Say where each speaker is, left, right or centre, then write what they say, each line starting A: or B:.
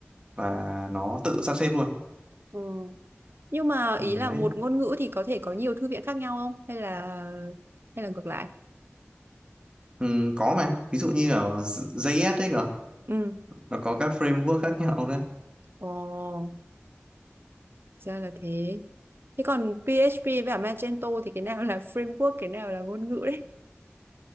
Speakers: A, on the right (about 20°); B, on the right (about 55°).
A: và nó tự sắp xếp luôn
B: ờ nhưng mà
A: Ừ,
B: ý là
A: đấy
B: một ngôn ngữ thì có thể có nhiều thư viện khác nhau không hay là hay là ngược lại
A: ừ, có mà ví dụ như ở JS đấy cơ
B: ừ
A: nó có các framework khác nhau đấy
B: ồ ra là thế thế còn PHP và Magento thì cái nào là framework cái nào là ngôn ngữ đấy